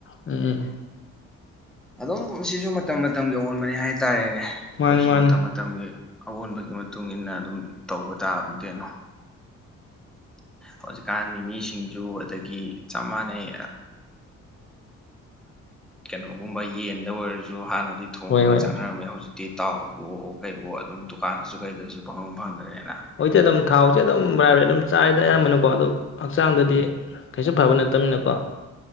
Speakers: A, on the left (about 40°); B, in the centre.
A: ꯎꯝ
B: ꯑꯗꯨꯝ ꯁꯤꯁꯨ ꯃꯇꯝ ꯃꯇꯝꯒꯤ ꯑꯑꯣꯟꯕꯅꯤ ꯍꯥꯏꯇꯥꯔꯦꯅꯦ ꯑꯩꯈꯣꯏꯁꯨ
A: ꯃꯥꯅꯤ ꯃꯥꯅꯤ
B: ꯃꯇꯝ ꯃꯇꯝꯒꯤ ꯑꯑꯣꯟꯕꯒꯤ ꯃꯇꯨꯡ ꯏ ꯃꯇꯨꯡꯏꯟꯅ ꯑꯗꯨꯝ ꯇꯧꯕ ꯇꯥꯕ ꯀꯩꯅꯣ ꯍꯧꯖꯤꯛꯀꯥꯟꯗꯤ ꯃꯤꯁꯤꯡꯁꯨ ꯑꯗꯒꯤ ꯆꯞ ꯃꯥꯟꯅꯩ ꯀꯩꯅꯣꯒꯨꯝꯕ ꯌꯦꯟꯗ ꯑꯣꯏꯔꯁꯨ ꯍꯥꯟꯅ ꯊꯣꯡꯉꯒ
A: ꯍꯣꯏ ꯍꯣꯏ
B: ꯆꯥꯟꯅꯔꯝꯃꯦ ꯍꯧꯖꯤꯛ ꯗꯇꯥꯎ ꯑꯗꯨꯝ ꯗꯨꯀꯥꯟꯗꯁꯨ ꯀꯩꯗꯁꯨ ꯄꯪ ꯐꯪꯗ꯭ꯔꯦꯅ
A: ꯍꯣꯏꯗꯤ ꯑꯗꯨ ꯊꯥꯎꯁ‌ꯦ ꯑꯗꯨꯝ <unintelligible> ꯆꯥꯢ ꯑ ꯑꯌꯥꯝꯕꯅꯀꯣ ꯑꯗꯣ ꯍꯛꯆꯥꯡꯗꯗꯤ ꯀꯩꯁꯨ ꯐꯕ ꯅꯠꯇꯕꯅꯤꯅꯀꯣ